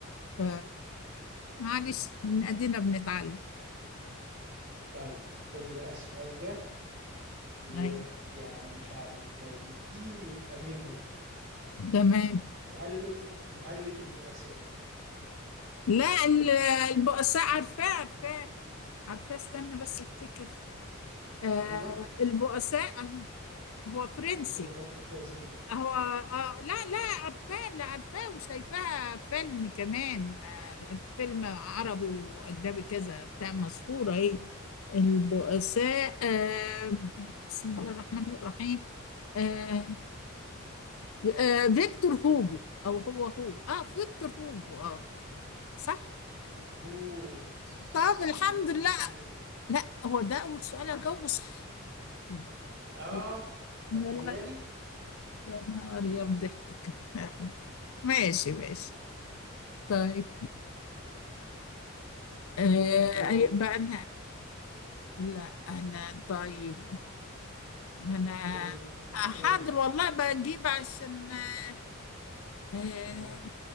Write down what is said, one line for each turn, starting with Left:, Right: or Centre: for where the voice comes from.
Left: ف معلش من ادينا بنتعلم
Right: طيب خدي بقى السؤال ده ويعني
Left: ايوه
Right: مش عارف لو جبتيه يبقى 100 100
Left: تمام
Right: مؤلف مؤلف البؤساء
Left: لا ال- البؤساء عارفاه عارفاه عارفاه استنى بس افتكر آه
Right: ايوه
Left: البؤساء هو فرنسي
Right: اعصري مخك يا زينة
Left: هو آه لا لا عارفاه لا عارفاه وشايفاها فيلم كمان آه فيلم عربي واجنبي كذا بتاع مشهوره اهي البؤساء آه بسم الله الرحمن الرحيم آه آه فيكتور هوجو او هو هو اه فيكتور هوجو اه صح
Right: مظبوط
Left: طب الحمد
Right: مظبوط
Left: لله لا هو ده اول سؤال اجاوبه صح يعني
Right: اه
Left: يا
Right: تخيلي
Left: يا- يا نهار يا مضحتك يا مضحتك ماشي ماشي طيب
Right: مم.
Left: آه،
Right: دور
Left: أي بقى أنا لا أنا طيب أنا
Right: دورك تسألي
Left: حاضر والله بجيب عشان آه، آه،
Right: ها